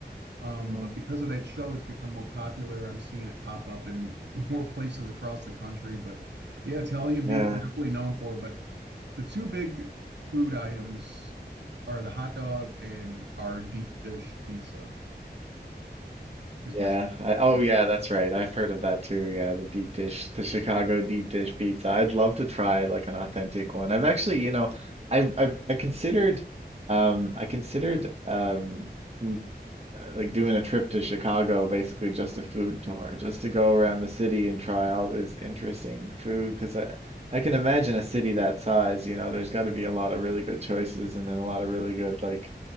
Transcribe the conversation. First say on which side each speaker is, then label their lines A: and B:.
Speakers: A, on the right; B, on the right.
A: Um,
B: Mm.
A: but because of that show, it's become more popular. I'm seeing it pop up in <laughs> more places across the country. But yeah, Italian
B: Yeah.
A: beef we're definitely known for. But the two big food items are the hot dog and our deep dish pizza, is
B: Yeah.
A: what
B: I, oh,
A: you're
B: yeah, that's right. I've heard of that too. Yeah, the deep dish, the Chicago deep dish pizza. I'd love to try like an authentic one. I've actually, you know, I I, I considered, um, I considered, um, m- uh, like doing a trip to Chicago, basically just a food tour, just to go around the city and try all this interesting food. Because I I can imagine a city that size, you know, there's got to be a lot of really good choices, and then a lot of really good like,